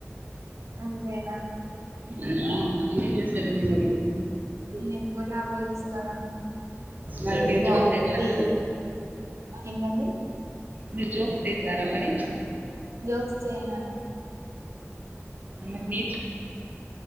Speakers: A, on the right; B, on the right.
A: అంతేనా
B: మ్మ్. మీరేం చేస్తారండి మరి
A: నేను కూడా అవే చూస్తా కదా
B: మరి మీరు జోక్స్ వేసారా
A: <unintelligible> ఏంటండి
B: మీరు జోక్ చేస్తారా మరి
A: జోక్స్ చేయనండి
B: మరినే